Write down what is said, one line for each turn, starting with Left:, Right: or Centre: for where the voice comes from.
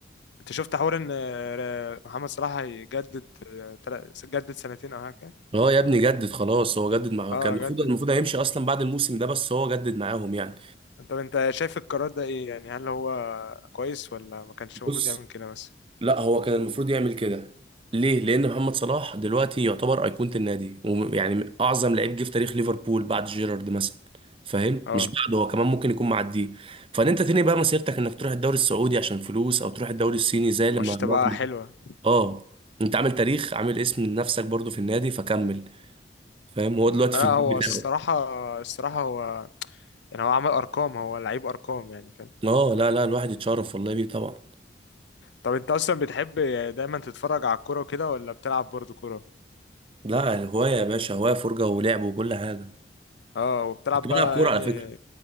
Left: انت شفت حوار ان آه، محمد صلاح هيجدد آه، تل... جدد سنتين او حاجة
Right: اه يا ابني جدد خلاص هو جدد معاه
Left: اه
Right: كان المفروض
Left: جدد
Right: المفروض هيمشي اصلا بعد الموسم ده بس هو جدد معاهم يعني
Left: انت انت شايف القرار ده ايه يعني هل هو كويس ولا ما كانش المفروض
Right: بص
Left: يعمل كده مثلا
Right: لا هو كان المفروض يعمل كده ليه لان محمد صلاح دلوقتي يعتبر ايقونه النادي ويعني اعظم لعيب جه في تاريخ ليفربول بعد جيرارد مثلا فاهم
Left: اه
Right: مش بعده هو كمان ممكن يكون معديه فان انت تاني بقى مسيرتك انك تروح الدوري السعودي عشان فلوس او تروح الدوري الصيني زي لما
Left: مش تبقى
Right: معظم
Left: حلوة
Right: اه انت عامل تاريخ عامل اسم لنفسك برضو في النادي فكمل فاهم هو دلوقتي
Left: لا
Right: في
Left: هو
Right: البيت بتاعه
Left: الصراحة الصراحة هو يعني هو عمل ارقام هو لعيب ارقام يعني فاهم
Right: اه لا لا الواحد يتشرف والله بيه طبعا
Left: طب انت اصلا بتحب دايما تتفرج على الكورة وكده ولا بتلعب برضه كورة
Right: لا هوايه يا باشا هوايه فرجه ولعب وكل حاجه
Left: اه وبتلعب
Right: كنت بلعب
Left: بقى
Right: كوره
Left: يعني
Right: على فكره